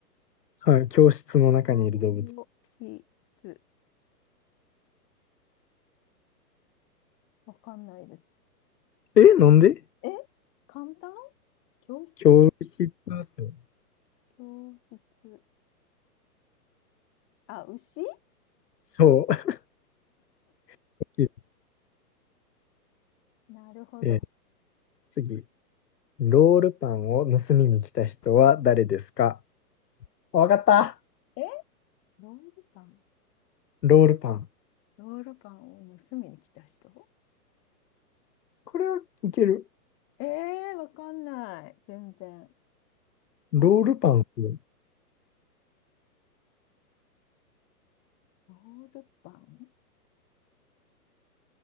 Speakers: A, on the left; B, on the left.
A: はい、教室の中にいる動物。
B: どうしつ。わかんないです。
A: え、なんで
B: え簡単教室
A: 教室っすよ。
B: 教室。あ、牛
A: そう。<laughs>
B: なるほど。
A: えー次。ロールパンを盗みに来た人は誰ですかわかった。
B: えロールパン。
A: ロールパン。
B: ロールパンを盗みに来た人
A: これはいける。
B: えー、わかんない。全然。ロール、
A: ロールパンっすよ。
B: ロールパン